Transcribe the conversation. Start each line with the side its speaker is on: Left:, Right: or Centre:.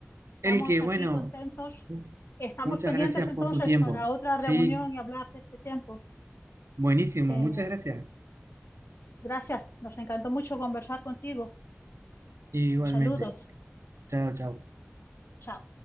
Left: Estamos
Right: El que,
Left: aquí
Right: bueno,
Left: contentos.
Right: mu-
Left: Estamos
Right: muchas
Left: pendientes
Right: gracias
Left: entonces
Right: por tu tiempo.
Left: para otra
Right: Sí,
Left: reunión y hablar de este tiempo.
Right: buenísimo,
Left: Eh,
Right: muchas gracias.
Left: gracias, nos encantó mucho conversar contigo.
Right: Igualmente.
Left: Saludos.
Right: Chao, chao.
Left: Chao.